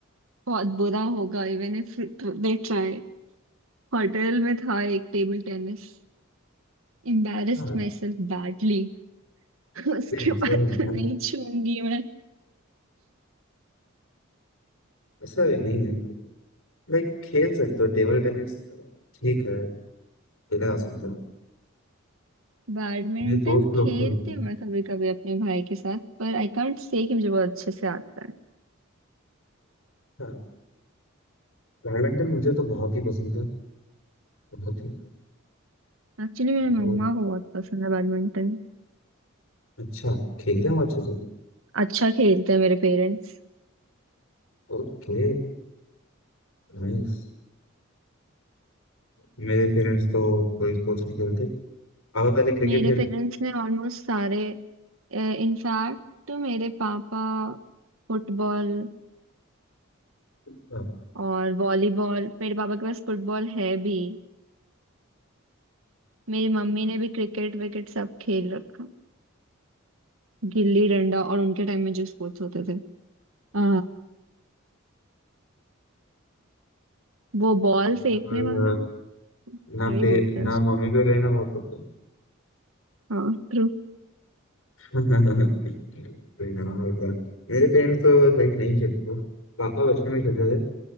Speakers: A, on the right; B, on the left.
A: बहुत बुरा होगा even if they try Hotel में था एक table tennis embarrassed
B: हाँ
A: myself badly <laughs> उसके
B: नहीं, ऐसा
A: बाद
B: भी नहीं
A: तो
B: है
A: नहीं छूंगी मैं
B: ऐसा भी नहीं है लाइक खेल सकते हो टेबल टेनिस ठीक है खेला जा सकता है
A: बैडमिंटन
B: मेरे दोस्त लोग
A: खेलती
B: खेलते हैं
A: हूँ मैं कभी कभी अपने भाई के साथ पर आई कांट से कि मुझे बहुत अच्छे से आता है
B: हाँ, बैडमिंटन मुझे तो बहुत ही पसंद है बहुत ही
A: एक्चुअली मेरे
B: वो
A: मम्मा को बहुत पसंद है बैडमिंटन
B: अच्छा खेलते हैं वो अच्छे से
A: अच्छा खेलते हैं मेरे पेरेंट्स
B: Okay nice मेरे पेरेंट्स तो कोई स्पोर्ट्स नहीं खेलते पापा पहले क्रिकेट
A: मेरे
B: खेलते
A: पेरेंट्स
B: थे
A: ने ऑलमोस्ट सारे इनफैक्ट तो मेरे पापा फुटबॉल
B: हाँ।
A: और वॉलीबॉल मेरे पापा के पास फुटबॉल है भी मेरी मम्मी ने भी क्रिकेट विकेट सब खेल रखा गिल्ली डंडा और उनके टाइम में जो स्पोर्ट्स होते थे आ, वो बॉल
B: मतलब
A: फेंकने वाला
B: अ,
A: क्या
B: ना
A: ही
B: पे
A: बोलते हैं
B: ना
A: उसको
B: मम्मी पे गए ना पापा पे
A: हाँ ट्रू
B: कोई ना होता मेरे पेरेंट्स तो लाइक नहीं खेलते थे। पापा बचपन में खेलते थे